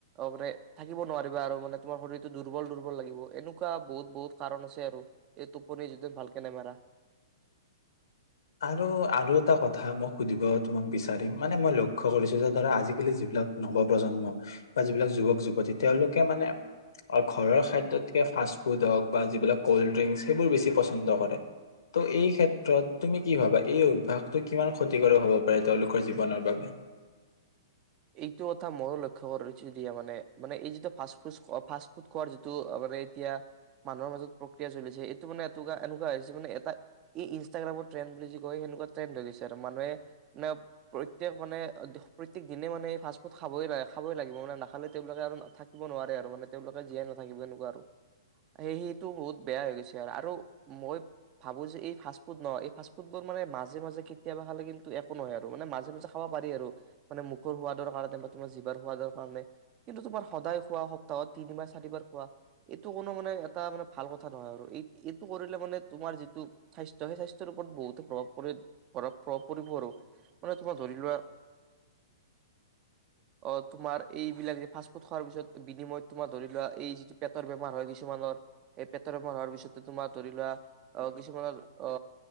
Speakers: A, on the right; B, on the left.
A: মানে থাকিব নোৱাৰিবা। আৰু মানে তোমাৰ শৰীৰতটো দুৰ্বল দুৰ্বল লাগিব এনেকুৱা বহুত বহুত কাৰণ আছে আৰু এই টোপনি যদি ভালকে নেমাৰা।
B: আৰু আৰু এটা কথা মই সুধিব তোমাক বিচাৰিম মানে মই লক্ষ্য কৰিছো যে ধৰা আজিকালি যিবিলাক নৱ প্ৰজন্ম বা যিবিলাক যুৱক যুৱতী তেওঁলোকে মানে ঘৰৰ খাদ্যতকে ফাষ্ট ফুড হওক বা যিবিলাক কল্ড ড্ৰিংক সেইবোৰ বেছি পচন্দ কৰে। ত' এই ক্ষেত্ৰত তুমি কি ভাবা এই অভ্যাসটো কিমান ক্ষতিকাৰক হব পাৰে তেওঁলোকৰ জীৱনৰ বাবে,
A: এইটো কথা ময়ো লক্ষ্য কৰি দিয়া মানে মানে, এই যিটো ফাষ্ট ফুড ফা ফুড খোৱাৰ যিটো মানে এতিয়া মানুহৰ মাজত প্ৰক্ৰিয়া চলিছে এইটো মানে এ এনেকুৱা হৈছে মানে এটা ইনষ্টাগ্ৰামৰ ট্ৰেণ্ড বুলি যে কয়, সেনেকুৱা ট্ৰেণ্ড হৈ গৈছে আৰু মানুহে মানে প্ৰত্যেক মানে প্ৰত্যক দিনে মানে ফাষ্টফুড খাব লাগে খাবই লাগিব মানে নাখালে তেওঁলোকে আৰু থাকিব নোৱাৰে আৰু মানে তেওঁলোকে জীয়াই নাথাকিব এনেকুৱা আৰু সেই সেইটো বহুত বেয়া হৈ গৈছে আৰু মই ভাবো যে এই ফাষ্টফুড নহ এই ফাষ্টফুডবোৰ মানে মাজে মাজে কেতিয়াবা খালে কিন্তু একো নহয় আৰু মানে মাজে মাজে খাব পাৰি আৰু। মোখৰ সোৱাদৰ কাৰণে বা তোমাৰ জিৱাৰ সোৱাদৰ কাৰণে, কিন্তু তোমাৰ সদায় খোৱা সপ্তাহত তিনিবাৰ চাৰিবাৰ খোৱা, এইটো কোনো মানে এটা মানে ভাল কথা নহয় আৰু এই এইটো কৰিলে মানে তোমাৰ যিটো স্বাস্থ্য সেই স্বাস্থ্যৰ ওপৰত বহুতে প্ৰভাৱ পৰি প্ৰভাৱ প্ৰভাৱ পৰিব আৰু। মানে তোমাৰ ধৰি লোৱা অ তোমাৰ এইবিলাক যে ফাষ্ট ফুড খোৱাৰ পিছত বিনিময়ত তোমাৰ ধৰি লোৱা এই যিটো পেটৰ বেমাৰ হয় গৈ, কিছুমানৰ এই পেটৰ বেমাৰ পিছত, তুমাৰ ধৰি লোৱা অ কিছুমানৰ অ